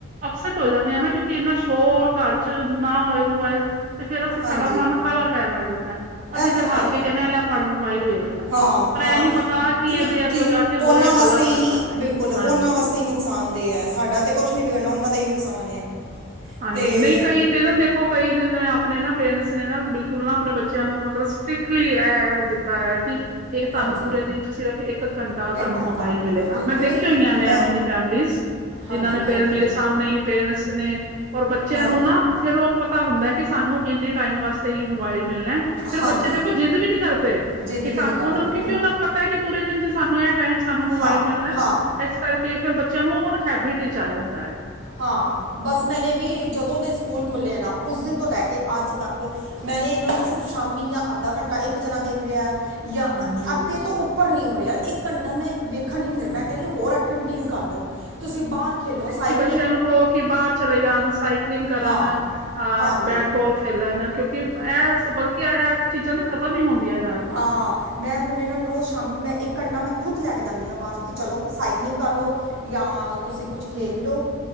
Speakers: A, on the right; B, on the right.
A: ਅਪਸੈਟ ਹੋ ਜਾਂਦੇ ਆ ਨਾ, ਕਿਉਂਕਿ ਇੰਨਾ ਸ਼ੋਰ ਘਰ ਚ ਨਾ ਹੋਇ। ਮੋਬਾਇਲ ਤੇ ਫੇਰ ਅਸੀਂ
B: ਹਾਂਜੀ
A: ਸਾਡਾ ਮਨ ਕਾਲਾ ਪੈਣ ਲੱਗ ਜਾਂਦਾ ਹੈ। ਅਸੀਂ
B: ਇਹ ਤੇ
A: ਫੇਰ ਹਾਰ
B: ਹੈ ਹੀ
A: ਕੇ
B: ਹੈ
A: ਕਹਿੰਦੇ ਹਾਂ ਲੈ। ਫੜ ਮੋਬਾਇਲ ਨੂੰ ਵੇਖ ਲੈ
B: ਹਾਂ
A: ਪਰ
B: ਹਾਂ
A: ਇਹ ਨੀ ਪਤਾ ਕਿ ਇਹਦੇ ਅੱਗੋਂ
B: ਕਿ ਉਹਨਾਂ
A: ਜਾ ਕੇ ਬੜੇ
B: ਵਾਸਤੇ
A: ਗਲਤ
B: ਹੀ
A: ਅਸਰ ਨੇ।
B: ਬਿਲਕੁਲ ਉਹਨਾਂ
A: ਹਾਂਜੀ
B: ਵਾਸਤੇ ਹੀ ਨੁਕਸਾਨਦੇਹ ਹੈ। ਸਾਡਾ ਤੇ ਕੁਛ ਨੀ ਵਿਗੜਨਾ ਉਹਨਾਂ ਦਾ ਹੀ ਨੁਕਸਾਨ ਹੈ। ਅਤੇ
A: ਹਾਂਜੀ ਨਹੀਂ ਕਈ ਤੇ ਨਾ ਦੇਖ। ਦੇਖੋ ਕਈ ਦਿਨ ਆਪਣੇ ਨਾ ਪੇਰੈਂਟਸ ਨੇ ਨਾ ਬਿਲਕੁਲ ਨਾ ਆਪਣੇ ਬੱਚਿਆਂ ਨੂੰ ਮਤਲਬ ਸਟ੍ਰਿਕਟਲੀ ਇਹ ਦਿੱਤਾ। ਹੋਇਆ ਕੀ? ਫੇਰ ਤਾਨੂੰ
B: ਹਾਂਜੀ
A: ਪੂਰੇ ਦਿਨ ਚ ਸਿਰਫ ਏਕ ਘੰਟਾ ਤਾਨੂੰ
B: ਇੱਕ ਘੰਟਾ
A: ਮੋਬਾਇਲ ਮਿਲੇਗਾ।
B: ਬਿਲਕੁਲ
A: ਮੈਂ ਦੇਖੀਆਂ ਹੋਈਆਂ ਨੇ
B: ਮੈਂ
A: ਐਂਂਵੇਂਦੀ ਫੈਮਲੀਸ।
B: ਹਾਂਜੀ
A: ਜਿਨ੍ਹਾਂ ਨੇ
B: ਹਾਂਜੀ
A: ਪੇਰ ਮੇਰੇ ਸਾਮਨੇ ਈ ਪੇਰੈਂਟਸ ਨੇ ਔਰ ਬੱਚੇਆਂ
B: ਹਾਂ
A: ਨੂੰ ਨਾ ਫੇਰ ਓ। ਪਤਾ ਹੁੰਦਾ ਐਕਿ ਸਾਨੂੰ ਏਨੇ ਟਾਈਮ ਵਾਸਤੇ ਈ ਮੋਬਾਇਲ ਮਿਲਨਾ ਐ ਫੇਰ
B: ਹਾਂਜੀ
A: ਬੱਚੇ ਦੇਖੋ ਜਿੱਦ ਵੀ ਨੀ ਕਰਦੇ।
B: ਜਿੱਦ
A: ਕਿ ਸਾਨੂੰ
B: ਵੀ ਨਹੀਂ ਕਰਦੇ
A: ਓਨਾਂ
B: ਬਿਲਕੁਲ
A: ਨੂੰ ਕਿਉਂਕਿ ਓਨਾਨੂੰ ਪਤਾ ਐਕਿ ਪੂਰੇ ਦਿਨ ਚ ਸਾਨੂੰ ਐ ਟਾਈਮ ਸਾਨੂੰ ਮੋਬਾਈਲ
B: ਹਾਂ
A: ਮਿਲਣੈ
B: ਹਾਂ
A: ਏਸ ਕਰਕੇ ਫੇਰ ਬੱਚੇਆਂ ਨੂੰ ਓਨਾ ਹੈਬਿਟ ਇਚ ਆ ਜਾਂਦਾ ਏ।
B: ਹਾਂ। ਬਸ ਮੈਨੇ ਵੀ ਜਦੋਂ ਦੇ ਸਕੂਲ ਖੁਲੇ ਐਨਾ ਉਸ ਦਿਨ ਤੋਂ ਲੈ ਕੇ ਅੱਜ ਤੱਕ ਮੈਨੇ ਏਨਾਂ ਨੂੰ ਸਿਰਫ ਸ਼ਾਮੀ ਯਾਂ ਅੱਧਾ ਘੰਟਾ ਇੱਕ ਜਨਾ ਦੇਖ ਰੇਆ ਐ ਯਾਂ
A: ਹਾਂਜੀ
B: ਅੱਧੇ ਤੋਂ ਉੱਪ ਉਪਰ ਨੀ ਹੋ ਰੇਆ ਇੱਕ ਘੰਟਾ। ਮੈਂ ਵੇਖਨ ਈ ਨੀ ਦੇ, ਮੈਂ ਕੈ ਰੀ ਹੋਰ ਐਕਟੀਵਿਟੀਜ਼ ਕਰ ਲਓ। ਤੁਸੀ ਬਾਰ ਖੇਲੋ ਸਾਈਕ
A: ਬੱਚੇਆਂ ਨੂੰ ਕੋ ਕਿ ਬਾਰ ਚਲੇ ਜਾਨ ਸਾਈਕਲਿੰਗ ਕਰਨ
B: ਹਾਂ
A: ਅ
B: ਹਾਂਜੀ
A: ਬੈਟਬੋਲ ਬੋਲ ਖੇਲਨ। ਕਓਂਕਿ ਐ ਬਲਕਿ ਐ ਚੀਜਾਂ ਤੇ ਖਤਮ ਈ ਹੋਂਦੀਆਂ
B: ਹਾਂ। ਮੈਂ ਹੁਨ ਏਨਾਂ ਨੂੰ ਰੋਜ਼ ਸ਼ਾਮੀ ਮੈਂ ਇੱਕ ਘੰਟਾ ਮੈਂ ਖੁਦ ਲੈ ਕੇ ਜਾਨੀ ਆਂ ਬਾਰ ਕਿ ਚਲੋ ਸਾਈਕਲਿੰਗ ਕਰ ਲੋ। ਯਾਂ ਤੁਸੀ ਕੁਛ ਖੇਲ ਲਓ।